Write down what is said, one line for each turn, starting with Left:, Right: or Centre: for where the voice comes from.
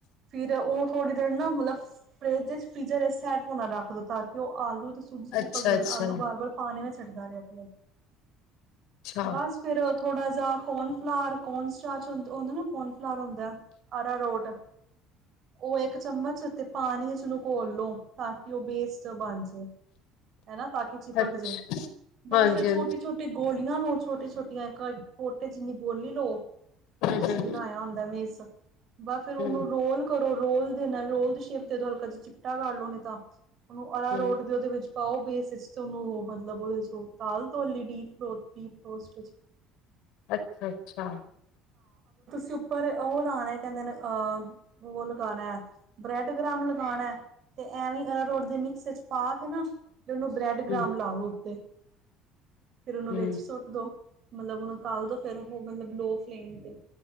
Right: ਫੇਰ, ਉਹ ਥੋੜੀ ਦੇਰ ਨਾ, ਮਤਲਬ ਫਰਿਜ ਵਿਚ। ਫੀਰੀਜ਼ਰ, ਸੈੱਟ ਹੋਣਾ ਰਖ ਦੋ। ਤਾਂ ਕਿ ਉਹ ਆਲੂ ਸੂਜੀ
Left: ਅੱਛਾ
Right: ਚਿਪਕੇ,
Left: ਅੱਛਾ
Right: ਆਲੂ ਬਾਰ- ਬਾਰ ਪਾਣੀ ਨਾਲ ਛਡਦਾ ਰਿਹਾ। ਆਪਣੇ
Left: ਅੱਛਾ,
Right: ਬਸ ਫੇਰ, ਥੋੜਾ ਜਾ, ਕੌਣ ਫਲਾਰ ਕੋਨ ਸਟਾਚ, ਜੋ ਹੁੰਦਾ, ਕੋਨ ਫਲਾਰ ਹੁੰਦਾ। ਆਰਾ ਰੋਟ। ਉਹ ਇਕ ਚਮਚ, ਤੇ ਪਾਣੀ ਇਸਨੂੰ ਘੋਲ ਲੋ, ਤਾਂ ਕਿ ਉਹ ਪੇਸਟ ਜਾ ਬਣ ਜਾਏ। ਹੈ ਨਾ। ਤਾਂ ਕਿ, ਚੀਪਕ
Left: ਅੱ
Right: ਜੇ, ਬਸ
Left: ਹਾਂਜੀ
Right: ਫੇਰ,
Left: ਹਾਂਜੀ,
Right: ਛੋਟੀ- ਛੋਟੀ, ਗੋਲ ਲਓ ਛੋਟੇ ਛੋਟੀਆਂ ਇਕ, ਪੋਟੇ ਜਿਨੀ, ਗੋਲੀ ਲਓ। ਜਿਹੜਾ
Left: ਹੂੰ ਹੂੰ
Right: ਤੁਸੀ ਬਣਾਇਆ ਹੁੰਦਾ ਮਿਸ ਬਸ ਫੇਰ,
Left: ਹੂੰ,
Right: ਉਹਨੂੰ ਰੋਲ, ਕਰੋ ਰੋਲ, ਦੇ ਨਾਲ ਰੋਲ ਦੀ ਸ਼ੇਪ ਦੇ ਦੋ। ਹਲਕਾ ਜਿਹਾ, ਚਿਪਟਾ ਕਰ ਲਓ। ਨਹੀ ਤਾਂ ਉਹਨੂੰ, ਅਰਾ
Left: ਹੂੰ ਹੂੰ,
Right: ਰੋਟ ਦੇ, ਉਹਦੇ ਵਿਚ। ਪਾਓ ਬੇਸ ਵਿਚ ਉਹਨੂੰ, ਮਤਲਬ ਉਹਦੇ ਚ ਤਾਲ ਧੋ ਲਈ ਡੀਪ ਡੀਪੋਸਟ ਵਿਚ
Left: ਅਛਾ- ਅਛਾ।
Right: ਚ, ਉਪਰ ਉਹ ਲਾਉਣਾ, ਕਹਿਦੇ ਨੇਹ ਉਹ, ਲਗਾਉਣਾ ਹੈ। ਬ੍ਰੈਡਕਮ ਲਗਾਉਣਾ ਤੇ ਐਵੇ ਅਰਾ ਰੋਟ ਦੀ ਮਿਕਸ ਚ ਪਾ ਕੇ ਨਾ, ਉਹਨੂੰ ਬ੍ਰੈਡਕ੍ਮ
Left: ਹੂੰ
Right: ਲਾ ਲੋ ਉਤੇ ਫੇਰ ਉਹਨੂੰ
Left: ਹੂੰ,
Right: ਵਿਚ ਸੁੱਟ ਦੋ। ਮਤਲਬ ਉਹਨੂੰ ਤਾਲ ਦੋ। ਫੇਰ ਉਹ ਮਤਲਬ ਲੋ ਫਲੇਮ ਤੇ।